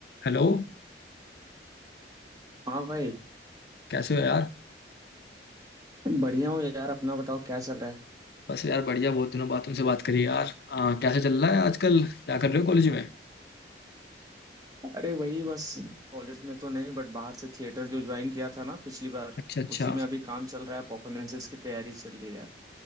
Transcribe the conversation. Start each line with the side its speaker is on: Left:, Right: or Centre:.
Left: हेलो
Right: हाँ भाई
Left: कैसे हो यार
Right: बढ़िया हूँ यार अपना बताओ क्या चल रहा है
Left: बस यार बढ़िया बहुत दिनों बाद तुमसे बात करी यार आ, कैसे चल रहा है आजकल क्या कर रहे हो कॉलेज में
Right: अरे वही बस कॉलेज में तो नहीं बट बाहर से थिएटर जो ज्वाइन किया था ना पिछली बार
Left: अच्छा अच्छा
Right: उसी में अभी काम चल रहा है परफॉर्मेंसेस की तैयारी चल रही है यार